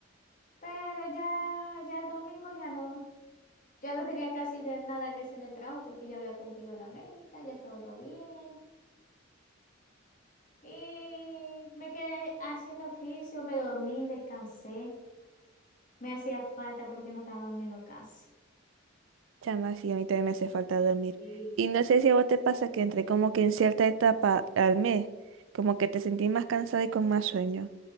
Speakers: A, on the left (about 40°); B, on the right (about 70°).
A: pero ya, ya el domingo ya no, ya no tenía casi de nada que hacer del trabajo porque ya había cumplido la meta, ya estaba todo bien. Y me quedé haciendo oficio, me dormí, descansé. Me hacía falta porque no estaba durmiendo casi.
B: Chama, sí, a mí también me hace falta dormir.
A: Sí.
B: Y no sé si a vos te pasa que entre como que en cierta etapa al mes, como que te sentís más cansada y con más sueño.